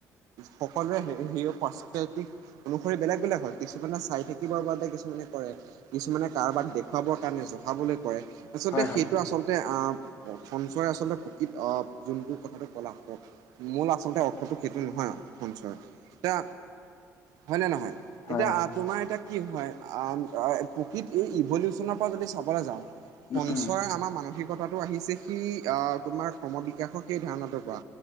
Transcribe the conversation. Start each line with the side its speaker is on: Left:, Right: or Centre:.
Right: সকলোৰে সেই পাৰ্চকেল তিক অনুসৰি বেলেগ বেলেগ হয়। কিছুমানে চাই থাকিবৰ বাবে কিছুমানে কৰে কিছুমানে কাৰোবাক দেখুৱাবৰ কাৰণে জহাবলৈ কৰে। আচলতে
Left: হয় হয়
Right: সেইটো আচলতে আহ, সঞ্চয় আচলতে প্ৰকৃত যোনটো কথাটো কলা মোল আচলতে অৰ্থটো সেইটো নহয়। সঞ্চয় তা হয় নে নহয়,
Left: হয়
Right: এতিয়া
Left: হয়
Right: আপ তোমাৰ এতিয়া কি হয়, আম', -আহ', প্ৰকৃত এই ইভলিউচনৰ পৰা যদি চাবলৈ যাওঁ', সঞ্চয়
Left: উম
Right: আমাৰ মানসিকতা', কথাটো আহিছে, সিই আহ', তোমাৰ সমবিকাশৰ সেই ধাৰণাটোৰ পৰা,